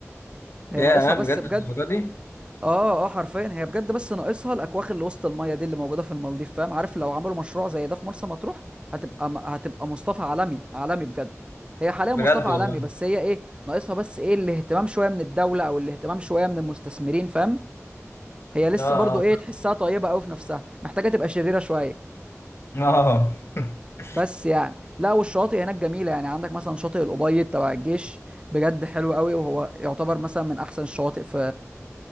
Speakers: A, on the right; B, on the left.
A: هي
B: يا
A: ناقصها بس
B: بجد
A: بجد
B: الدرجة دي؟
A: اه اه حرفيا هي بجد بس ناقصها الاكواخ اللي وسط الميه دي اللي موجوده في المالديف فاهم عارف لو عملوا مشروع زي ده في مرسى مطروح هتبقى م- هتبقى مصطفى عالمي عالمي بجد هي حاليا مصطفى
B: بجد
A: عالمي
B: والله
A: بس هي ايه ناقصها بس ايه الاهتمام شويه من الدوله او الاهتمام شويه من المستثمرين فاهم هي لسه
B: آه
A: برضو
B: آه
A: ايه تحسها طيبه قوي في نفسها محتاجه تبقى شريره شويه
B: آه <laughs>
A: بس يعني لا والشواطئ هناك جميله يعني عندك مثلا شاطئ الابيض تبع الجيش بجد حلو قوي وهو يعتبر مثلا من احسن الشواطئ في